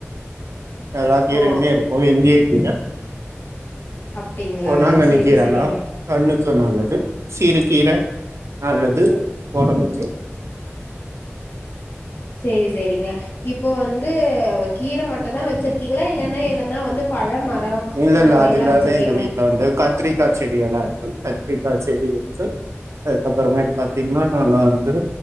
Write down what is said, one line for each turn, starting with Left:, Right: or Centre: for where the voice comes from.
Right: எல்லா கீரையுமேருக்கு
Left: ஓ
Right: வெந்திய கீர
Left: அப்டிங்களா
Right: பொன்னாங்கண்ணி
Left: செரி
Right: கீரல்லா
Left: செரிங்க
Right: கண்ணுக்கு நல்லது சிறு கீர நல்லது ஒடம்புக்கு
Left: சேரி சேரிங்க இப்போ வந்து கீர மட்டும் தா வச்சிருக்கீங்களா இல்லனா எதனா வந்து பழ மரோ
Right: இல்ல
Left: அந்த
Right: இல்ல
Left: மாரில்லா
Right: அது இல்ல
Left: வச்சிருக்கீங்களா
Right: எங்க வீட்டுல வந்து கத்திரிக்காய் செடி எல்லாம் இருக்கு கத்திரிக்காய் செடி இருக்கு அதுக்கப்புறம் பாத்தீங்கன்னா நாங்க வந்து